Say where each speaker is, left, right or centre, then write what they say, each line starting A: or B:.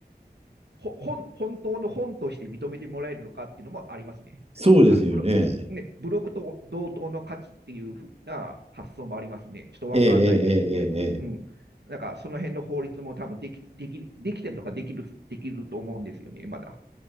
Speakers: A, on the right (about 80°); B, on the right (about 35°).
A: ほ本、本当の本として認めてもらえるのかっていうのもありますね。
B: そうですよね。
A: あのブロ、ね、ブログと同等の価値っていうふうな発想もありますね。ちょっとわかんないですけれど。
B: ええええええええ。
A: うん。なんか、その辺の法律も多分でき、できる、できてるのかできる、できると思うんですよね、まだ。